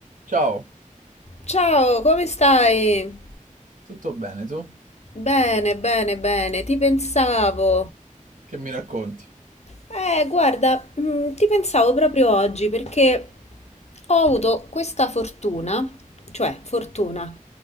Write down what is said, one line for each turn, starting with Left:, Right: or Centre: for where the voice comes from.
Right: Ciao,
Left: Ciao, come stai?
Right: tutto bene tu?
Left: Bene, bene, bene, ti pensavo.
Right: Che mi racconti?
Left: Eh, guarda, mm, ti pensavo proprio oggi perché ho avuto questa fortuna, cioè fortuna,